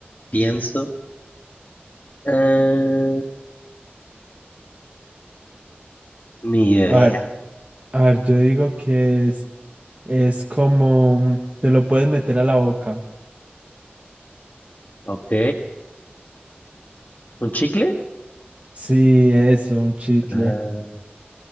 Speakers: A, on the left (about 50°); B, on the right (about 35°).
A: Pienso. Ah, ni idea.
B: A ver, a ver, yo digo que es, es como, te lo puedes meter a la boca
A: Ok. ¿Un chicle?
B: Sí, eso, un chicle.
A: Ah,